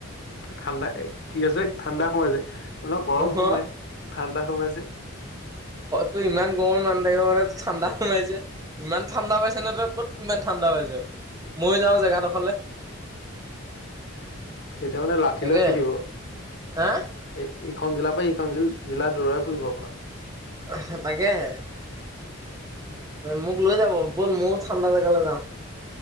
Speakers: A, on the left; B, on the right.
A: ঠাণ্ডা কি হৈছে ঠাণ্ডা সোমাইছে ম গৰম
B: অহ
A: সোমাই কি ঠাণ্ডা সোমাইছে
B: ত ইমান গৰম মানুহ থাকিব পৰা নাই তোৰ ঠাণ্ডা সোমাইছে ইমান ঠাণ্ডা পাইছে ন ক'ত ইমান ঠাণ্ডা পাইছ মই যাও জেগাডোখৰলে
A: খেদিব মানে লাঠি
B: তাকে
A: লৈ খেদিব
B: হা
A: এই ইখন জিলাৰ পৰা সিখন জিলাৰ দৌৰাই ফুৰিব আপোনাৰ
B: স তাকেহে মোক লৈ যাব ব'ল ময়ো ঠাণ্ডা জেগালৈ যাওঁ